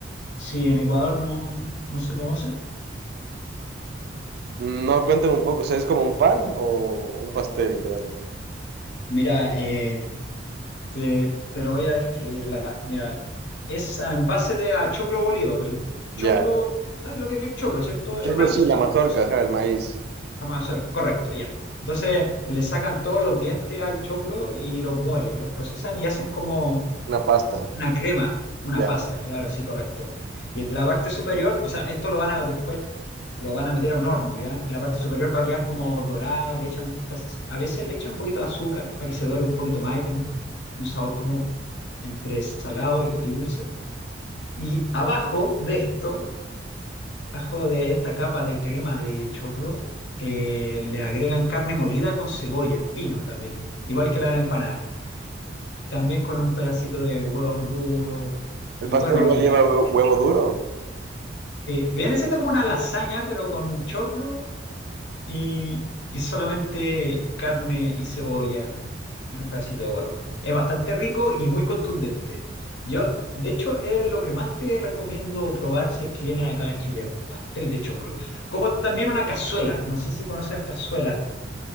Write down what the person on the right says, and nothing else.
No, cuéntame un poco, o sea, ¿es como un pan o un pastel, literal?
Ya,
el choclo
sí, la mazorca,
ajá, el maíz,
una pasta,
ya.
¿El
pastel
igual
lleva
hue- huevo duro?